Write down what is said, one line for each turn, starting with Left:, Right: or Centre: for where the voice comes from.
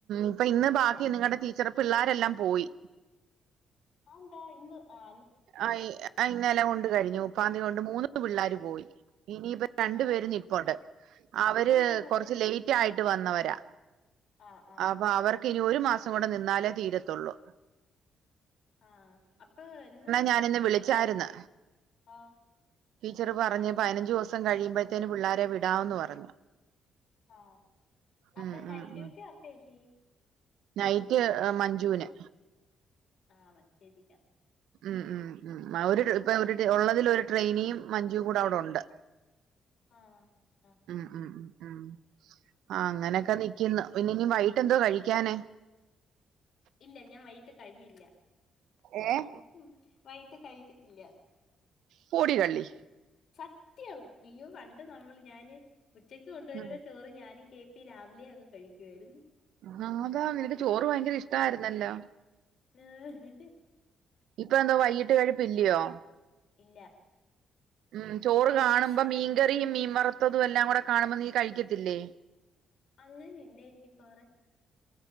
Right: ഇപ്പൊ ഇന്ന് ബാക്കി
Left: ശോ
Right: നിങ്ങളുടെ ടീച്ചർപ്പ പിള്ളരെല്ലാം പോയി
Left: ആന്താ ഇന്ന് ആ-
Right: ആഹ് ഇന്നലെ കൊണ്ട് കഴിഞ്ഞു മുപ്പാന്തിയതി കൊണ്ട് മൂന്ന് പിള്ളേർ പോയി ഇനിയിപ്പോ രണ്ടു
Left: ആഹ് ആഹ്
Right: പേര് നിപ്പുണ്ട് അവര്
Left: അതെന്താ പറ്റെ
Right: കൊറച്ച് ലേറ്റ് ആയിട്ട് വന്നവരാ
Left: ആഹ് ആഹ്
Right: അപ്പൊ അവർക്ക് ഇനി ഒരു മാസം നിന്നാലേ തീരത്തുള്ളു
Left: ആഹ് അപ്പൊ എന്ന്
Right: ഞാനിന്ന് വിളിച്ചായിരിന്ന്
Left: ആഹ്
Right: ടീച്ചർ പറഞു പതിനഞ്ച് ദിവസം കഴിയുമ്പോഴത്തേന് പിള്ളോരെ വിടാന്ന് പറഞ്ഞു
Left: ആഹ് അപ്പൊ
Right: ഉം
Left: നൈറ്റ്
Right: ഉം
Left: ഡ്യൂട്ടി
Right: ഉം
Left: ആർക്കാ ഏച്ചി
Right: നൈറ്റ് അ മഞ്ജുവിന്
Left: ആഹ് ചേച്ചി ക്കാം
Right: ഉം ഉം ഉം ഒരു ഇപ്പൊ ഒരു ഉള്ളതിൽ ഒരു ട്രെയിനിയും മഞ്ചും കൂടെ അവിടെ ഉണ്ട്
Left: ആഹ് ആഹ്
Right: ഉം ഉം ആഹ് അങ്ങനെയൊക്കെ നിക്കന്ന് പിന്നെ ഇനി വൈകിട്ട് എന്തോ കഴിക്കാന്
Left: ഇല്ല ഞാൻ വൈകിട്ട് കഴിയില്ല
Right: ഏഹ്
Left: മ് വൈകിട്ട് കഴിക്കത്തില്ല
Right: പൊടി കള്ളി
Left: സത്യം ഇയ്യോ പണ്ട് നമ്മൾ ഞാനെ ഉച്ചക്ക് കൊണ്ടുവരുന്ന
Right: ഉം.
Left: ചോറ് ഞാനും കേ പീ രാവിലെ അങ്ങ് കഴിക്കുവായിരുന്നു
Right: നാതാ നിനക്ക് ചോറ് ഭയങ്കര ഇഷ്ടമായിരുന്നല്ലോ
Left: ആഹ്
Right: ഇപ്പ എന്തോ വൈകിട്ട് കഴിപ്പ് ഇല്ലയോ
Left: ഇല്ല
Right: ഉം ചോറ്
Left: കൊറച്ച്
Right: കാണുമ്പോ മീൻകറിയും മീൻ വറുത്തതും എല്ലാം കൂടെ കാണുമ്പോ നീ കഴിക്കത്തില്ലേ
Left: അങ്ങനെയ ഇല്ല ചഏച്ചി കുറെ